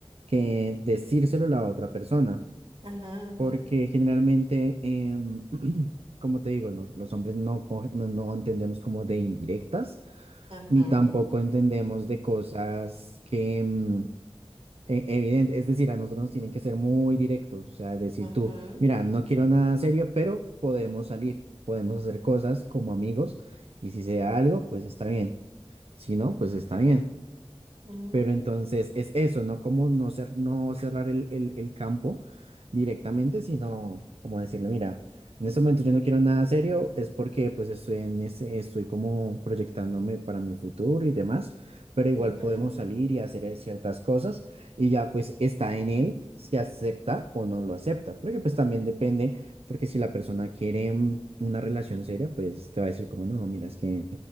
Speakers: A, on the right (about 85°); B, on the right (about 65°).
A: que decírselo a la otra persona,
B: Ajá, ajá,
A: porque generalmente, em, <clears throat> como te digo, los, los hombres no, coge- no, no entendemos como de indirectas,
B: ajá,
A: ni tampoco entendemos de cosas que... em, e- evidente, es decir, a nosotros nos tienen que ser muy directos, o sea, decir
B: ajá,
A: tú, mira, no quiero nada serio, pero podemos salir, podemos hacer cosas como amigos, y si sea algo, pues está bien, si no, pues está bien.
B: mm,
A: Pero entonces es eso, ¿no? Como no, cer- no cerrar el, el- el campo directamente, sino como decirle, mira, en este momento yo no quiero nada serio, es porque pues estoy en ese, estoy como proyectándome para mi futuro y demás, pero igual
B: ujú.
A: podemos salir y hacer ciertas cosas y ya pues está en él si acepta o no lo acepta, porque pues también depende, porque si la persona quiere mm, una relación seria, pues te va a decir como, no, mira, es que